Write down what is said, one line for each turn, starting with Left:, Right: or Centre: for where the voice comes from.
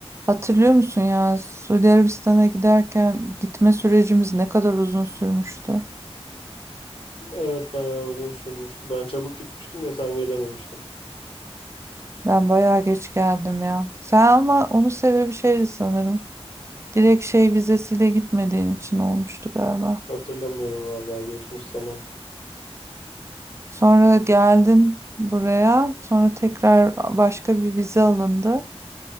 Right: Hatırlıyor musun ya Suudi Arabistan'a giderken gitme sürecimiz ne kadar uzun sürmüştü.
Left: Evet bayağı uzun sürmüştü. Ben çabuk gitmiştim de sen gelememiştin.
Right: Ben bayağı geç geldim ya. Sen ama onun sebebi şeydi sanırım. Direkt şey vizesiyle gitmediğin için olmuştu galiba.
Left: Hatırlamıyorum vallahi geçmiş zaman.
Right: Sonra geldin buraya, sonra tekrar başka bir vize alındı.